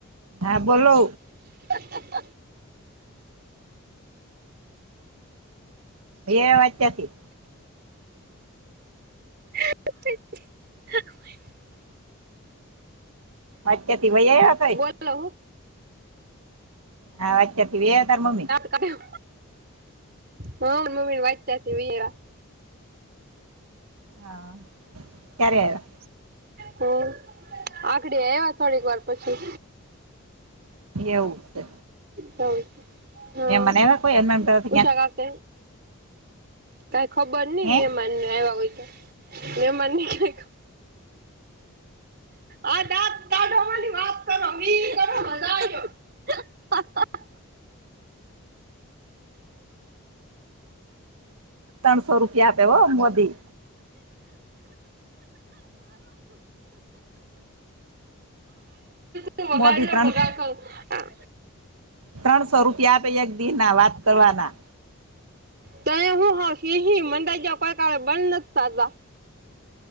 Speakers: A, on the right; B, on the right.
A: હા બોલો
B: <unintelligible>
A: એ વાકાથી.
B: <unintelligible>
A: વરચે થી વેવાયા કઈ.
B: હલો.
A: હા વચતીવી એવ તાર મમ્મી.
B: કયુ હ મમ્મી વાત સાચી વીવયા.
A: હા ક્યારે આવ્યા.
B: હમ આગડી આવ્યા થોડીક વાર પછી.
A: આવ્યા એવું છે
B: હા
A: મહેમાન આવ્યા કોઈ હનુમાન તરફ ક્યાં
B: ઉષા શાથે. કઈ ખબર નઈ
A: હે
B: મમાનને આવ્યા હોય તો મમાન ને ક્યાઈ. આ દાઢ માની. વાત કરો મી કરો મજા આવ્યો હ હ આ.
A: ત્રણસો રૂપિયા આપે હો મોદી.
B: તું વગાડને
A: મોદી ત્રણ
B: બગાડ ખાવુ હા
A: ત્રણસો રૂપિયા આપે એક દિ ના વાત કરવાના.
B: દયા હું હ સહી મંરા કોઈ કાલે બંધ નથીતા તા.